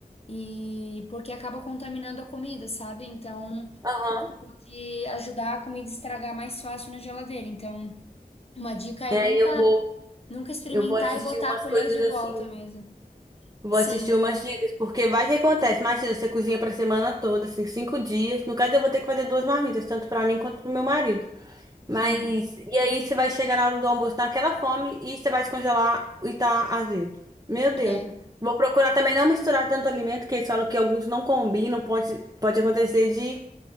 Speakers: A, on the left; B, on the right.
A: e porque acaba contaminando a comida, sabe? Então,
B: Aham.
A: isso pode ajudar a comida a estragar mais fácil na geladeira. Então, uma dica
B: É,
A: é nunca,
B: eu vou,
A: nunca experimentar
B: eu vou assistir
A: e botar
B: umas
A: a colher
B: coisas
A: de
B: assim.
A: volta mesmo.
B: Vou
A: Sim,
B: assistir umas dicas, porque vai que acontece. Imagina, você cozinha pra semana toda, assim, cinco dias. No caso, eu vou ter que fazer duas marmitas, tanto pra mim quanto pro meu marido. Mas,
A: sim,
B: e aí você vai chegar na hora do almoço naquela fome e você vai descongelar e tá azedo. Meu Deus.
A: é.
B: Vou procurar também não misturar tanto alimento, que eles falam que alguns não combinam, pode, pode acontecer de,